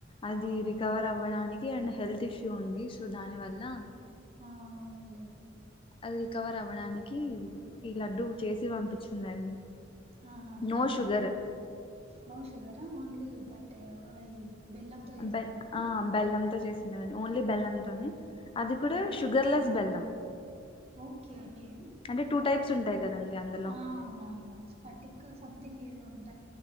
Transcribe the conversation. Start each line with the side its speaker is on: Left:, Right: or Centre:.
Left: అది
Right: అవునవును
Left: రికవర్ అవ్వడానీ అండ్ హెల్దీష్ ఉంది సో దాని వల్ల
Right: ఆ అవునులేండి
Left: అది రికవర్ అవ్వడానికి ఈ లడ్డు చేసి పంపించిందండి
Right: ఆహా
Left: నో
Right: అవునా
Left: sugar
Right: no sugar only the అంటే అది బెల్లంతో చేసినారా
Left: బెల్
Right: అండి
Left: ఆ బెల్లంతో చేసి ఓన్లీ బెల్లంతోనే అది కూడా షుగర్లెస్ బెల్లం
Right: ఓకేఓకే
Left: అంటే టూ టైప్స్ ఉంటాయి కదండి అందులో
Right: అవునవునా స్ పటిక సంథింగ్ ఏదో ఉంట